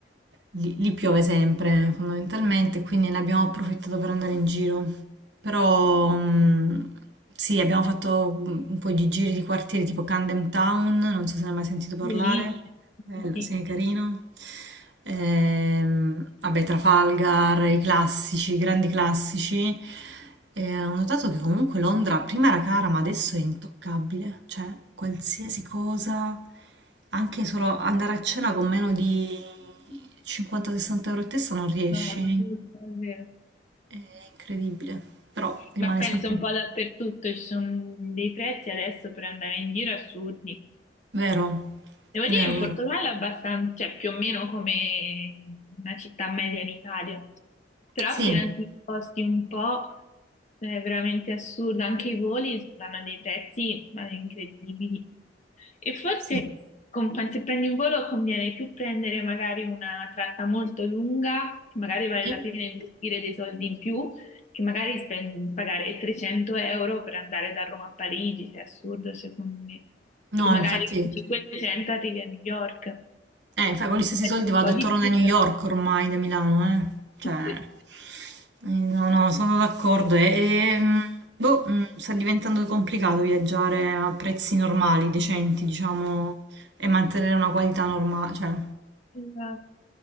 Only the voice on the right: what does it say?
lì, lì piove sempre fondamentalmente, quindi ne abbiamo approfittato per andare in giro. Però mm, sì, abbiamo fatto un po' di giri di quartieri tipo Camden Town, non so se ne hai mai sentito parlare.
Bello,
sì, carino. Ehm, vabbè, Trafalgar, i classici, i grandi classici. Eh, ho notato che comunque Londra prima era cara, ma adesso è intoccabile. Cioè, qualsiasi cosa, anche solo andare a cena con meno di 50-60 euro a testa non riesci.
È incredibile. Però rimane
sempre
vero,
vero,
vero.
Sì,
sì.
Sì.
No,
infatti.
Eh, infatti con gli stessi
soldi
vado
e
torno
a New
York ormai da Milano, eh. Cioè,
eh, no, no, sono d'accordo. E, e, mm, boh, mm, sta diventando complicato viaggiare a prezzi normali, decenti, diciamo, e mantenere una qualità normale, cioè,